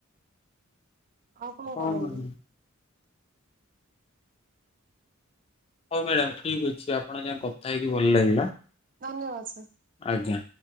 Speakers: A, on the right (about 40°); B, on the left (about 30°).
A: ଆଉ କଣ
B: ହଁ
A: କରନ୍ତି?
B: ମ୍ୟାଡ଼ାମ ହଉ ମ୍ୟାଡାମ ଠିକ ଅଛି ଆପଣ ଙ୍କ ସହ କଥା ହେଇକି ଭଲ ଲାଗିଲା।
A: ଧନ୍ୟବାଦ ସାର୍।
B: ଆଜ୍ଞା।